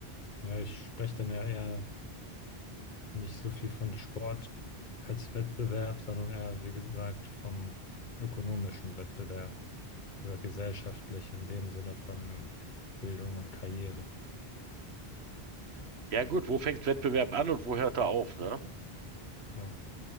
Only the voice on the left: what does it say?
Ja, ich spreche dann ja eher nicht so viel von Sport als Wettbewerb, sondern eher, wie gesagt, vom ökonomischen Wettbewerb oder gesellschaftlich in dem Sinne von Bildung und Karriere.
Ja,